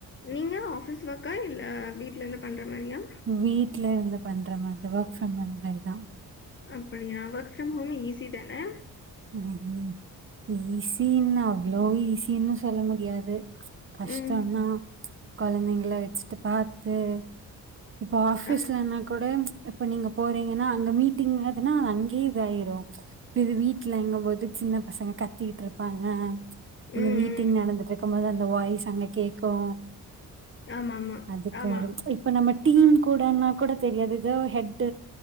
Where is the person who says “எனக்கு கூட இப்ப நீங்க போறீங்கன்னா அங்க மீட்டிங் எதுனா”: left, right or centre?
Right